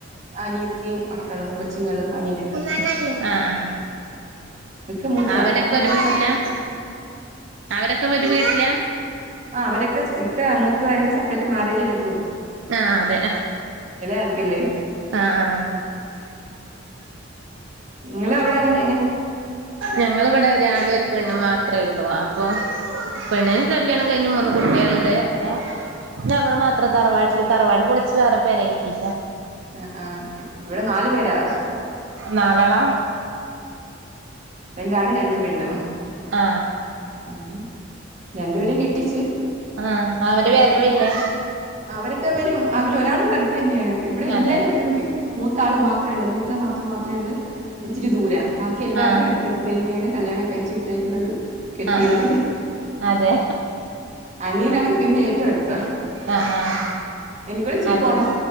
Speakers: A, on the right; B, on the right.
A: അനിയത്തിയും മക്കളും കൊച്ചുങ്ങളും. അനിയനൊക്കെ
B: ആഹ് ആ.
A: ഇക്ക മൂത്തതാ
B: അവരൊക്കൊരു
A: അപ്പൊ നമ്മള്
B: വീട്ടിലാ
A: സെപ്പറേറ്റ്
B: അവരൊക്കെ ഒരു വീട്ടിലാ?
A: ആ അവരൊക്കെ ഇക്ക മൂത്തതായണ്ട് സെപ്പറേറ്റ് മാറിയേലേ പറ്റു.
B: ആ അതെ.
A: ആൾക്കല്ലേ
B: ആ ആ.
A: നിങ്ങള് അവിടെങ്ങനെ?
B: ഞങ്ങളവിടെ ഒരാണ് ഒരു പെണ്ണ മാത്രേള്ളൂ അപ്പൊ. പെണ്ണിന് കല്യാണം കഴിഞ്ഞ് മൂന്ന് കുട്ടിള്ണ്ട് അപേ ഞങ്ങൾ മാത്രം തറവാട്ടില് തറവാട് പൊളിച്ച് വേറെ പേരെറ്റി.
A: ആ ആ ഇവിടെ നാലു പേരാ.
B: നാലാളാ?
A: രണ്ടാണ് രണ്ട്പെണ്.
B: ആ.
A: മ് രണ്ടു പേരും കെട്ടിച്ചു.
B: ആഹ് അവര്
A: പെൺകുട്ടികളൊക്കെട്ടിച്ചു
B: വരവില്ലേ
A: അവരൊക്കെ വരു അവര് ഒരാളവിടെടുത്തന്നെണ് ഇവിടെ ല്ലാരും
B: അതെ
A: ഒട്ടുമിക മൂത്ത ആൾ മാത്രേള്ളൂ മൂത്ത നാതു മാത്രേള്ളൂ ഇിത്തിരി ദൂരം ബാക്കില്ലാവരും
B: ആഹ്
A: അടുത്തടുത്തന്നെണ്. കല്ല്യാണം കഴിച്ചു വിട്ടേക്കുന്നത് കെട്ടിയതല്
B: ആഹ് ആഹ് അതെ
A: അനിയനാണെങ്കിൽ
B: ആഹ്
A: പിന്നെ ഏറ്റവും അടുത്ത.
B: ആഹ് ആഹ്
A: എനിക്കടെ ഇച്ചിരി
B: അതോണ്ട്
A: പോണം